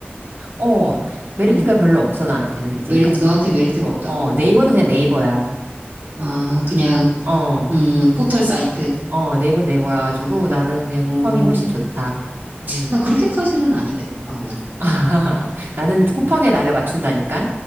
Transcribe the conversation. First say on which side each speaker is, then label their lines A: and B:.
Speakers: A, on the right; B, on the right.
A: 어, 메리트가
B: 응.
A: 별로 없어, 나한테는 이제까지.
B: 메리트, 너한테 메리트가 없다고?
A: 어, 네이버는 그냥
B: 음,
A: 네이버야.
B: 아, 그냥,
A: 어,
B: 음, 포털 사이트.
A: 어, 네이버는 네이버라
B: 어,
A: 가지고 나는 그냥
B: 어,
A: 쿠팡이 훨씬 좋다. 음.
B: 나 그렇게까지는 아닌데, 쿠팡은.
A: <laughs> 나는 쿠팡에 나를 맞춘다니까?